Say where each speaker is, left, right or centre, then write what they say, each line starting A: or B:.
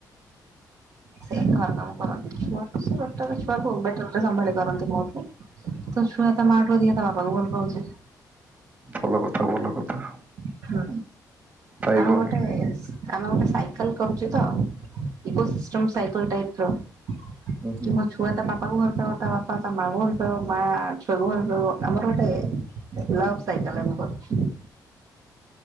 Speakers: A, on the right (about 55°); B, on the right (about 25°).
A: ସେଇ ଘର କାମ କରନ୍ତିଟ ଛୁଆ ବେଟର ରେ ସମ୍ଭାଳ। କରନ୍ତି ମୋଠୁ ତ ଛୁଆ ତା ମାଠୁ ଅଧିକ ତା ବାପାଙ୍କୁ ଭଲ ପାଉଛି ବାପା କୁ ଅଧିକ ଭଲପାଉଛି।
B: ଭଲ କଥା ଭଲ କଥା।
A: ହୁଁ
B: ପାଇବ
A: ଆମେ ଗୋଟେ
B: ହିଁ
A: ଆମେ ଗୋଟେ ସାଇକେଲ କରୁଛୁ ତ ଇକୋ ସିଷ୍ଟମ ସାଇକେଲ ଟାଇପ ର
B: ହୁଁ ହୁଁ।
A: କିମ ଛୁଆ ତା ବାପାକୁ ଭଲପାଇବ ତା ବାପା ତା ମାଆଙ୍କୁ ଭଲ ପାଉ ମା ଛୁଆକୁ ଭଲପାଇବ ଆମର ଗୋଟେ ଲଭ୍ ସାଇକଲ ଆମେ କରୁଛୁ